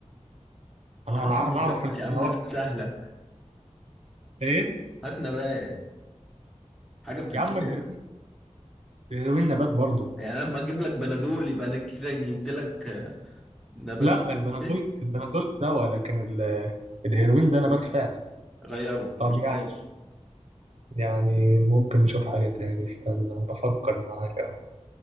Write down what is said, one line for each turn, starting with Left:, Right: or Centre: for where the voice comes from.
Right: أنا
Centre: هات
Right: أنا
Centre: لي
Right: أنا
Centre: نبات
Right: أعرف إن
Centre: يا عم
Right: هو
Centre: نبات سهلة
Right: إيه
Centre: هات نبات حاجة بتتزرع
Right: يا عم الهيروين الهيروين نبات برضه
Centre: يعني أنا لما أجيب لك بنادول يبقى أنا كده جبت لك آه، نبات
Right: لا البنادول
Centre: في البيت
Right: البنادول دواء لكن ال... الهيروين ده نبات فعلا
Centre: غيره
Right: طب
Centre: مش
Right: يعني
Centre: ماشي
Right: يعني ممكن نشوف حاجة تاني استنى أنا بفكر معاك أهو